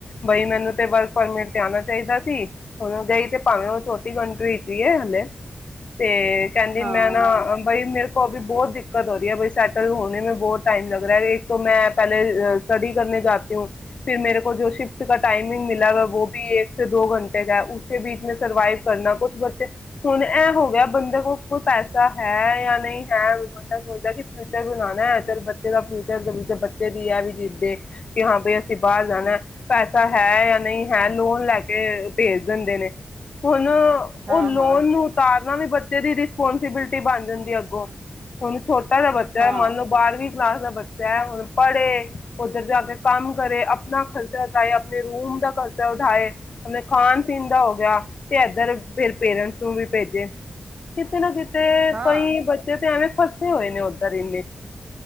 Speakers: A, on the left; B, on the right.
A: ਬਈ ਮੈਨੂੰ ਤੇ ਵਰਕ ਪਰਮਿਟ ਤੇ ਆਉਣਾ ਚਾਹੀਦਾ ਸੀ। ਹੁਣ ਗਈ ਤੇ ਭਾਵੇਂ ਉਹ ਛੋਟੀ ਕੰਟਰੀ ਚ ਹੀ ਹੈ ਹਲੇ। ਤੇ ਕਹਿੰਦੀ
B: ਹਾਂ
A: ਮੈਂ
B: ਹਾਂ
A: ਨਾ ਅਮ ਮੇਰੇ ਕੋ ਅਭੀ ਬਹੁਤ ਦਿੱਕਤ ਹੋ ਰਹੀ ਹੈ। ਬਾਈ ਸੈਟਲ ਹੋਣੇ ਮ ਬਹੁਤ ਟਾਈਮ ਲਗ ਰਹਾ ਏ। ਏਕ ਤੋ ਮੈਂ ਪਹਿਲੇ ਸਟੱਡੀ ਕਰਨੇ ਜਾਤੀ ਹੂੰ। ਫਿਰ ਮੇਰੇ ਕੋਲ ਜੋ ਸ਼ਿਫਟ ਕ ਟਾਈਮ- <unintelligible> ਦੋ ਘੰਟੇ ਕਾ ਏ ਉਸ ਬੀਚ ਮੇ ਸਰਵਾਈਵ ਕਰਨਾ। ਕੁਛ ਬੱਚੇ ਹੁਣ ਐ ਹੋ ਗਿਆ ਬੰਦੇੇ ਕੋ ਪੈਸਾ ਹੈ- ਹੈ ਜਾਂ ਨਹੀਂ ਹੈ ਬੰਦਾ ਸੋਚਦਾ ਕਿ ਫਿਊਚਰ ਬਣਾਣਾ ਏ। ਚੱਲ ਬੱਚੇ ਦਾ ਫਿਊਚਰ ਬੱਚੇ ਦੀ ਇਹ ਵੀ ਜਿੱਦ ਏ। ਕਿ ਹਾਂ ਬਈ ਅ- ਕਿ ਬਾਹਰ ਜਾਣਾ,
B: ਹਮ,
A: ਪੈਸਾ ਹੈ- ਹੈ ਜਾਂ ਨਹੀਂ ਹੈ ਲੋਨ ਲੈ ਕੇ ਭੇਜ ਦਿੰਦੇ ਨੇ। ਹੁਣ- ਹੁਣ ਉਹ
B: ਹਾਂ
A: ਲੋਨ
B: ਹਾਂ
A: ਨੂੰ ਉਤਾਰ- ਤਾਂ ਵੀ ਬੱਚੇ ਦੀ ਰਿਸਪੋਂਸੀਬਿਲਟੀ ਟੀ ਬਣ ਜਾਂਦੀ ਅੱਗੋਂ। ਹੁਣ ਛੋਟਾ ਜਿਹਾ ਬੱਚਾ
B: ਹਾਂ
A: ਹੈ' ਮਨ ਲੋ ਬਾਰਵੀਂ ਵੀ ਕਲਾਸ ਦਾ ਬੱਚਾ ਹੈ। ਹੁਣ ਪੜ੍ਹੇ, ਉੱਧਰ ਜਾ ਕੇ ਕੰਮ ਕਰੇ, ਆਪਣਾ ਖਰਚਾ ਉਠਾਏ, ਆਪਣੇ ਰੂਮ ਦਾ ਖਰਚਾ ਉਠਾਏ, ਆਪਣੇ ਖਾਣ- ਪੀਣ ਦਾ ਹੋ ਗਿਆ। ਤੇ ਏਧਰ ਫਿਰ ਪੇਰੈਂਟਸ ਨੂੰ ਵੀ ਭੇਜੇ। ਕਿਤੇ ਨਾ ਕਿਤ ਤੇ,
B: ਹਾਂ
A: ਕੋਈ ਬੱਚੇ ਤੇ ਐਵੇਂ- ਫਸੇ ਹੋਏ ਨੇ ਉੱਧਰ ਇੰਨੇ।